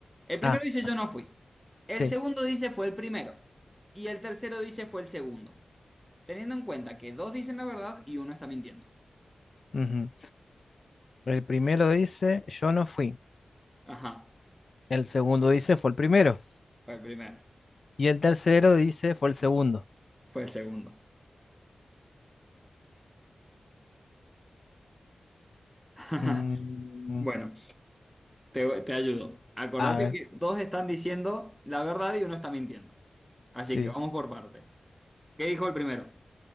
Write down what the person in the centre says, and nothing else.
El primero
dice, yo no fui. El
segundo dice, fue el primero. Y el tercero dice, fue el segundo. Teniendo en cuenta que dos dicen la verdad y uno está mintiendo.
Ajá,
fue el primero.
Fue el segundo. <laughs>
Bueno, te, te ayudo. Acordate
que dos están diciendo la verdad y uno está mintiendo. Así
que vamos por parte. ¿Qué dijo el primero?